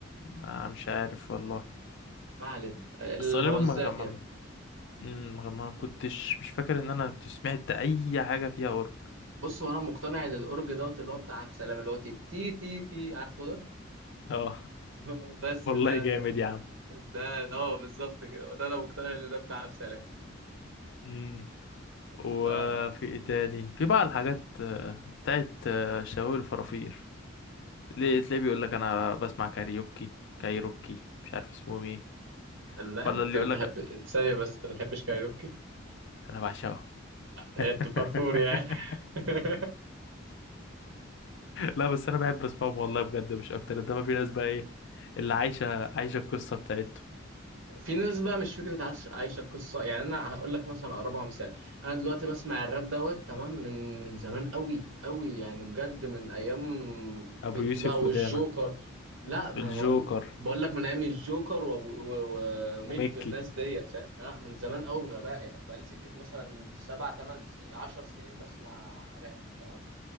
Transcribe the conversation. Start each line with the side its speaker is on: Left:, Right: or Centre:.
Left: آه مش عارف والله
Right: ما علينا العزاف
Left: بس غالبا ما ما
Right: يعني
Left: مم، ما ما كنتش مش فاكر ان انا سمعت اي حاجه فيها اورك
Right: بص هو انا مقتنع ان الاورج دوت اللي هو بتاع عبد السلام اللي هو تي تي تي تي عارفه ده
Left: اه <laughs>
Right: <laughs> بس
Left: والله
Right: ده
Left: جامد
Right: ده
Left: يا عم
Right: ده اه بالظبط كده ده انا مقتنع ان ده بتاع عبد السلام
Left: امم وفي
Right: ف-
Left: ايه تاني في بقى الحاجات آه، بتاعت آه، شواوي الفرافير ليه تلاقيه بيقول لك انا بسمع كاريوكي كايروكي مش عارف اسمه ايه
Right: لا
Left: ولا
Right: انت
Left: اللي
Right: بتحب
Left: يقول لك
Right: ثانيه بس انت ما بتحبش كاريوكي
Left: انا بعشقه
Right: انت
Left: <laughs>
Right: فرفور يعني <laughs>
Left: لا بس انا بحب اسمعهم والله بجد مش اكتر انما في ناس بقى ايه اللي عايشه عايشه القصه بتاعتهم
Right: في ناس بقى مش فكرة عاش- عايشة القصة يعني أنا هقول لك مثلا أقربها مثال أنا دلوقتي بسمع الراب دوت تمام من من زمان أوي أوي يعني بجد من أيام
Left: ابو
Right: ميك
Left: يوسف
Right: بقى والجوكر
Left: وداما
Right: لا ما
Left: الجوكر
Right: بقول بقول لك من أيام الجوكر وأبو- و- و- وميك
Left: وميكي
Right: والناس ديت فاهم لا من زمان أوي بغباء يعني بقى لي سكة مثلا سبع تمن سنين عشر سنين بسمع راب تمام